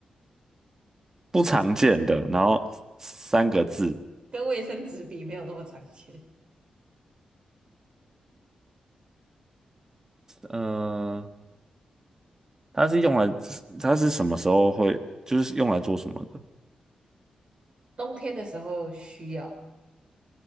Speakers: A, on the right; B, on the right.
A: 不常见的，然后三个字，
B: 跟卫生纸比没有那么常见。
A: 呃，它是用来，它是什么时候会，就是用来做什么的？
B: 冬天的时候需要，